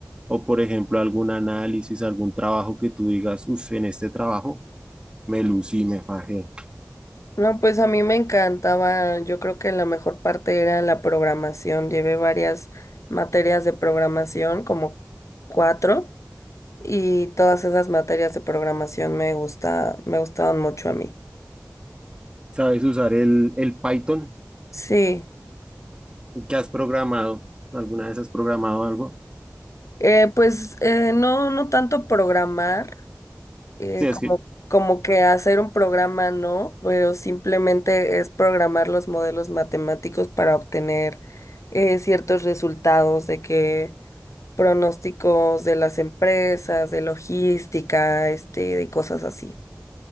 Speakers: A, on the right (about 20°); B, on the left (about 65°).
A: o, por ejemplo, algún análisis, algún trabajo que tú digas, uff, en este trabajo me lucí, me fajé.
B: No, pues a mí me encantaba, yo creo que la mejor parte era la programación. Llevé varias materias de programación, como cuatro, y todas esas materias de programación me gusta, me gustaban mucho a mí.
A: ¿Sabes usar el, el Python?
B: Sí,
A: ¿Qué has programado? ¿Alguna vez has programado algo?
B: eh, pues eh, no, no tanto programar, eh,
A: Sí, es
B: como,
A: que,
B: como que hacer un programa no, pero simplemente es programar los modelos matemáticos para obtener eh, ciertos resultados de que pronósticos de las empresas, de logística, este, de cosas así.